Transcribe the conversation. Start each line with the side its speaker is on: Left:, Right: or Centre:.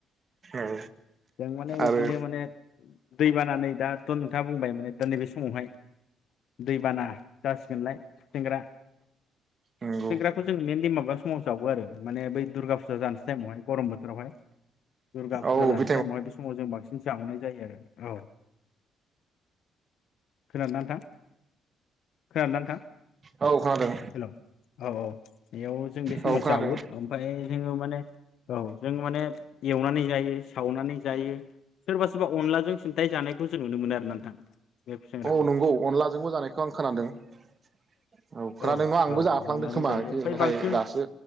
Right: औ
Left: जों माने बिदिनो
Right: आरो
Left: माने दैबाना नै दाथ' नोंथाङा बुंबाय माने दा नैबे समावहाय दैबाना जासिगोनलाय खुसेंग्रा
Right: नंगौ
Left: सेंग्राखौ जों मेनलि माबा समाव जावो आरो माने बै दुरगा फुजा जानोसै टाइमहाय गरम खारबाय दुरगा
Right: औ
Left: फुजा जानोसै
Right: बे
Left: टाइमाव हाय बे समाव जों बांसिन। जावनाय जायो आरो औ खोनादोंना नोंथां। खोनादोंना नोंथां।
Right: औ खोनादों
Left: हेल' औ औ बेयाव जों बे समाव
Right: औ खोनादों
Left: जावो ओमफ्राय जोङो माने औ जों माने एवनानै जायो सावनानै जायो सोरबा सोरबा अनलाजों सिन्थाय जानायखौ जों नुनो मोनो आरोना नोंथां। बे खुसेंग्राखौ
Right: औ नंगौ अनलाजोंबो जानायखौ आं खोनादों औ। खोनादों
Left: औ
Right: न' आंबो
Left: औ
Right: जाफ्लांदों
Left: औ अनलाजों
Right: खोमा
Left: जायो ओमफ्राय
Right: नाथाय
Left: बांसिन
Right: दासो